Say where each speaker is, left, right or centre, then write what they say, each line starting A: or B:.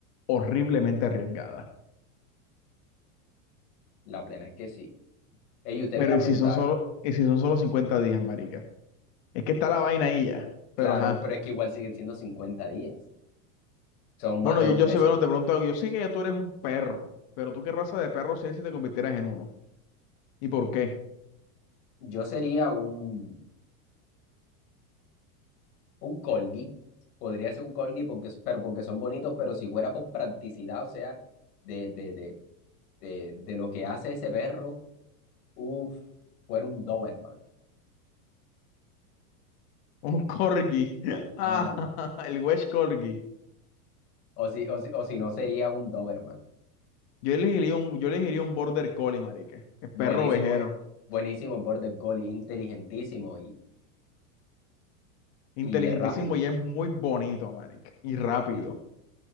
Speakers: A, on the left; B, on the left.
A: Horriblemente arriesgada.
B: La plena es que sí. Ey, usted
A: Pero
B: me iba a
A: ¿y
B: preguntar
A: si son solo,
B: algo.
A: y si son solo 50 días, marica? Es que está la vaina ahí ya. Pero
B: Claro,
A: ajá.
B: pero es que igual siguen siendo 50 días. Son más
A: Bueno,
B: de dos
A: yo, yo
B: meses.
A: sé, bueno, te pregunto algo. Yo sé que ya tú eres un perro, pero tú qué raza de perro serías si te convirtieras en uno. ¿Y por qué?
B: Yo sería un, un corgi. Podría ser un corgi porque, pero porque son bonitos, pero si fuera por practicidad, o sea, de, de, de, de, de lo que hace ese perro, uff, fuera un Doberman.
A: Un corgi. <laughs>
B: Ah,
A: Ah,
B: no.
A: <laughs> el Welsh Corgi.
B: O si, o si, o si no, sería un Doberman.
A: Yo elegiría un, yo elegiría un Border Collie, marica. El
B: Buenísimo,
A: perro ovejero.
B: eh, buenísimo Border Collie, inteligentísimo y,
A: Inteligentísimo
B: y es rápido.
A: y es muy bonito, marica. Y rápido.
B: Sí.